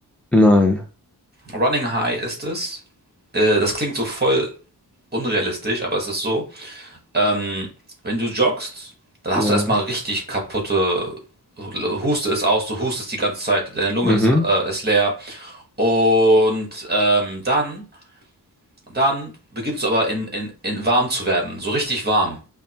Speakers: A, in the centre; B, on the right.
A: Nein.
B: Running High ist es. Äh, das klingt so voll unrealistisch, aber es ist so. Ähm, wenn du joggst, dann hast
A: Ja.
B: du erstmal richtig kaputte. Huste ist aus, du hustest die ganze Zeit, deine Lunge
A: Mhm.
B: ist, äh, ist leer. Und ähm, dann Und dann beginnst du aber in, in, in warm zu werden, so richtig warm.